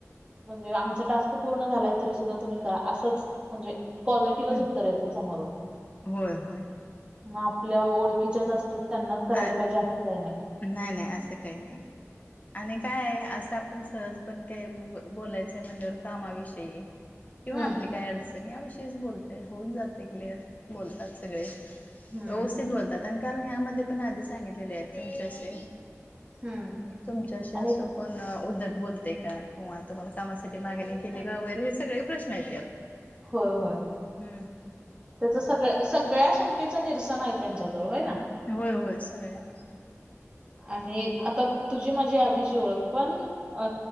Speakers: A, on the right; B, on the left.
A: म्हणजे आमचं टास्क पूर्ण झालाय तरी सुद्धा तुम्ही करा असंच म्हणजे पझिटिव्हच
B: हं
A: उत्तर येतय समोरून
B: होय होय
A: आपल्या ओळखीच्या असतात तर त्यांनाच करायला
B: आ
A: पाहिजे असं काही नाही
B: नाही नाही असं काही नाही आणि काय आहे असं आपण सहज पण काय बोलायचंय म्हणल्यावर कामा विषयी किंवा
A: हम्म
B: आपली काय अडचण याविषयीच बोलतोय होऊन जाते क्लिअर बोलतात सगळे
A: हम्म
B: व्यवस्थित बोलतात आणि कारण यामध्ये पण आधी सांगितलेले आहेत तुमचे असे
A: हम्म
B: तुमच्याशी
A: आणि
B: असो कोण उद्धट बोलते का किंवा तुम्हाला कामासाठी मागणी केली का वगैरे हे सगळे प्रश्न आहेत यात
A: हो होय
B: हम्म
A: त्याच सगळ्या सगळ्या शंकेचं निरसन आहे त्यांच्याजवळ होय ना
B: होय होय सगळ्या
A: आणि आता तुझी माझी आधीची ओळख पण अ